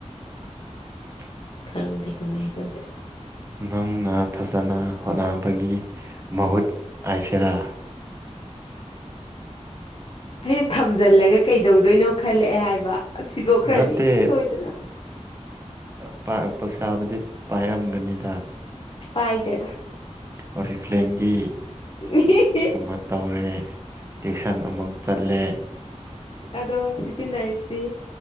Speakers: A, on the right; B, on the left.
A: <unintelligible>
B: ꯈꯪꯗꯦ ꯀꯃꯥꯏ ꯇꯧꯗꯣꯏ
A: ꯅꯪꯅ ꯐꯖꯅ ꯍꯣꯠꯅꯕꯒꯤ ꯃꯍꯨꯠ ꯍꯥꯏꯁꯦꯔꯥ
B: ꯑꯩ ꯊꯝꯖꯜꯂꯒ ꯀꯩꯗꯧꯗꯣꯏꯅꯣ? ꯈꯜꯂꯛꯑꯦ ꯍꯥꯏꯕ ꯁꯤꯗꯣꯛꯈ꯭ꯔꯗꯤ
A: ꯅꯠꯇꯦ
B: ꯁꯣꯏꯗꯅ
A: ꯑ ꯄꯥ ꯄꯩꯁꯥꯕꯨꯗꯤ ꯄꯥꯏꯔꯝꯒꯅꯤꯗ
B: ꯄꯥꯏꯗꯦꯗꯥ
A: ꯑꯣꯔꯤ ꯐ꯭ꯂꯦꯝꯒꯤ
B: ꯑꯍꯤꯍꯤ
A: ꯒꯨꯝꯕ ꯇꯧꯔꯦ ꯇ꯭ꯨꯏꯁꯟ ꯑꯃꯨꯛ ꯆꯠꯂꯦ
B: ꯑꯗꯣ ꯁꯤꯖꯤꯟꯅꯔꯤꯁꯤꯗꯤ